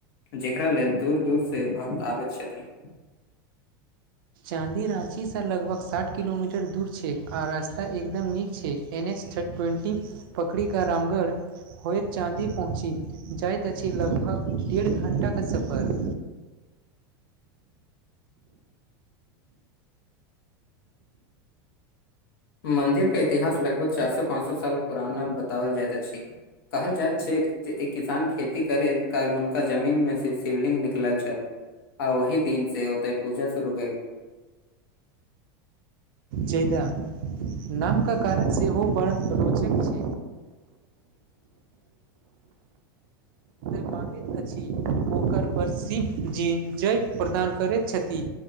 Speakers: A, on the left; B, on the right.
A: जेकरा लग दूर-दूर से भक्त आवैत छथि।
B: चाँदी राँची से लगभग साठ किलोमीटर दूर छै आ रास्ता एकदम नीक छै। एन एच थर्ड ट्वेन्टी पकड़ी का रामगढ़ होयत चाँदी पहुँची जाइत अछि, लगभग डेढ़ घण्टा के सफर
A: मंन्दिर के इतिहास लगभग चार सौ पाँच सौ साल पुराना बतावल जाइत अछि। कहल जाइत छै जे एक किसान खेती करैत काल हुनका जमीन मे से शिवलिंग निकलल छल। आ ओहि दिन से ओते पूजा शुरू भेल।
B: जयदा नाम के कारण सेहो बड़ रोचक छै। मगैत अछि, ओकर पर शिवजी जय प्रदान करैत छथि।